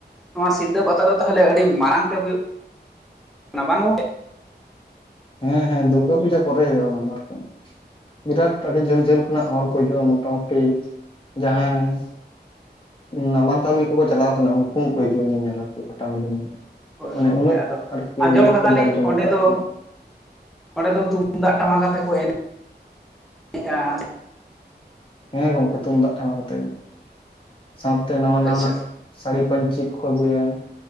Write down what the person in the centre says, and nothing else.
ᱱᱚᱣᱟ ᱥᱤᱞᱫᱟᱹ ᱯᱟᱛᱟ ᱫᱚ ᱛᱟᱦᱞᱮ ᱟᱹᱰᱤ ᱢᱟᱲᱟᱝ ᱛᱮ ᱦᱳᱭᱳᱜ <inaudible> ᱵᱟᱝ ᱜᱚᱢ
ᱦᱳᱭ
ᱜᱚᱝᱠᱮ
ᱟᱫᱚ
ᱟᱸᱡᱚᱢ
ᱠᱟᱫᱟᱞᱤᱧ
ᱚᱸᱰᱮ ᱫᱚ
ᱚᱸᱰᱮ ᱫᱚ ᱛᱩᱢᱫᱟᱜ ᱴᱟᱢᱟᱠ ᱟᱛᱮ ᱠᱚ ᱮᱱᱮ - ᱮᱱᱮᱜᱼᱟ ᱾
ᱟᱪᱪᱷᱟ